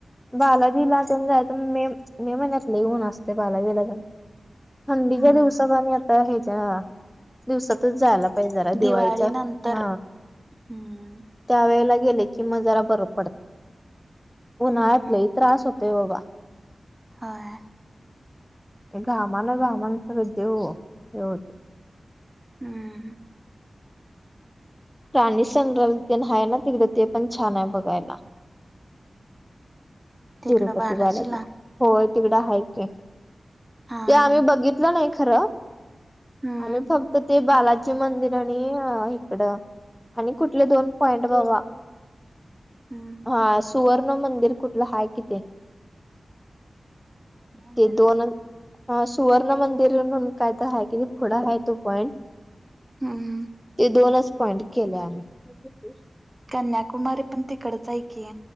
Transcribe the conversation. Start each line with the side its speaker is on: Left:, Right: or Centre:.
Centre: बालाजीला तेन जायच मे, मे महिन्यात लई ऊन असतय बालाजीला जाऊ थंडीच्या
Right: हम्म
Centre: दिवसात आणि आता ह्येच्या, दिवसात जायला जरा दिवाळीत
Right: दिवाळी नंतर
Centre: हा
Right: हम्म
Centre: त्या वेळेला गेल की मग जरा बर पडत उन्हाळ्यात
Right: हम्म
Centre: लई त्रास होतेय बाबा
Right: होयं
Centre: घामानघामान सगळ ते वो हे होतंय
Right: हम्
Centre: प्राणी संग्रहालय तेन हाय ना तिकडं ते पण छान हाय बघायला.
Right: तिकडं
Centre: तिरूपती
Right: बालाजीला
Centre: बालााजी होय तिकडं हाय की
Right: हा
Centre: ते
Right: हा
Centre: आम्ही बघितलं नाही खरं
Right: हम्म
Centre: आम्ही फक्त ते बालाजी मंदिर आणि हीकड आणि कुठलं दोन पॉइंट बघा
Right: हम्म
Centre: हा सुवर्ण मंदिर कुठलं हाय की ते
Right: मंदिर.
Centre: ते दोन हा सुवर्ण मंदिर म्हणून काय तर हाय कि पुढं हाय तो पॉइंट
Right: हम्म
Centre: ते दोनच पॉइंट केलयं आम्ही
Right: कन्याकुमारी पण तिकडच हाय की